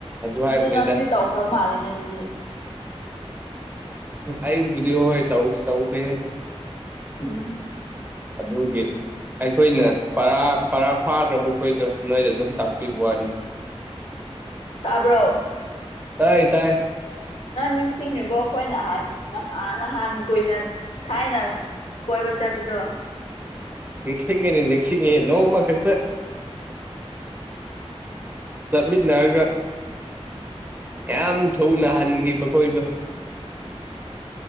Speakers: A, on the right (about 15°); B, on the left (about 75°).
A: ꯑꯗꯨ ꯍꯥꯏꯕꯅꯤꯗ
B: ꯑꯗꯣ ꯅꯪꯗꯤ ꯇꯧꯈ꯭ꯔ ꯃꯥꯜꯂꯦꯅꯦ ꯗꯨꯗꯤ꯫
A: ꯑꯩꯕꯨꯗꯤ ꯍꯣꯏ ꯇꯧꯁꯨ ꯇꯧꯗꯦꯍꯦꯗꯣ
B: ꯎꯝ
A: ꯑꯗꯨꯒꯤ ꯑꯩꯈꯣꯏꯅ ꯄꯔꯥ ꯄꯔꯥ ꯐꯥꯈ꯭ꯔꯕ ꯑꯩꯈꯣꯏꯗꯣ ꯅꯣꯏꯗ ꯗꯨꯝ ꯇꯥꯛꯄꯤꯕꯋꯥꯅꯤ ꯫
B: ꯇꯥꯕꯔꯣ꯫
A: ꯇꯥꯏ ꯇꯥꯏ
B: ꯅꯪ ꯅꯤꯡꯁꯤꯡꯉꯤꯕꯣ ꯑꯩꯈꯣꯏ ꯅꯍꯥꯟ ꯅꯍꯥꯟ ꯅꯍꯥꯟ ꯀꯨꯏꯅ ꯊꯥꯏꯅ ꯀꯣꯏꯕ ꯆꯠꯄꯗꯣ꯫
A: ꯅꯤꯡꯁꯤꯡꯉꯤꯅꯦ ꯅꯤꯡꯁꯤꯡꯉꯦ ꯅꯣꯡꯃꯈꯛꯇ ꯆꯠꯃꯤꯟꯅꯔꯒ꯫ ꯀꯌꯥꯝ ꯊꯨꯅ ꯍꯟꯒꯤꯕ ꯈꯣꯏꯗꯣ꯫